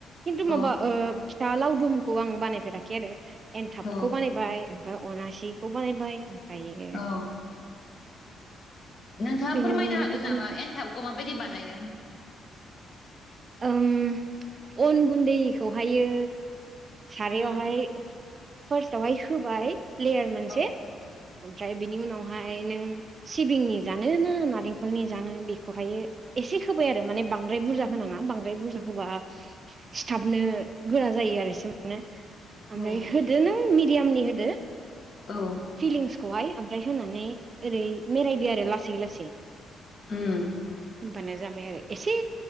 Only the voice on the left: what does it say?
औ
औ
औ नोंथाङा
फोरमायनो
हागोन
नामा एनथाबखौ माबायदि बानायो
उम
औ
औ
औ
ओम